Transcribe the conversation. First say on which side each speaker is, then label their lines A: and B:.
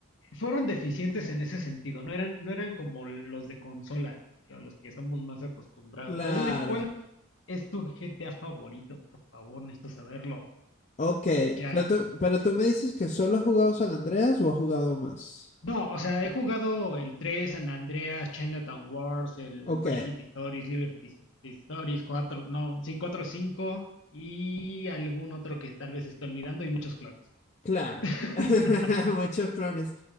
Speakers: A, on the left; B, on the left.
A: fueron deficientes en ese sentido, no eran, no eran como los de consola, que a los que estamos más acostumbrados.
B: claro.
A: Pero dime, ¿cuál es tu GTA favorito? Por favor, necesito saberlo
B: Ok,
A: ya.
B: pero tú, pero tú me dices que solo has jugado San Andreas o has jugado más.
A: No, o sea, he jugado el 3 San Andreas, Chinatown Wars, el
B: Ok,
A: Vice City Stories, Liberty City Stories, 4 no, sí, 4 5 y algún otro que tal vez esté olvidando y muchos clones.
B: claro.
A: <laughs>
B: <laughs> Muchos clones.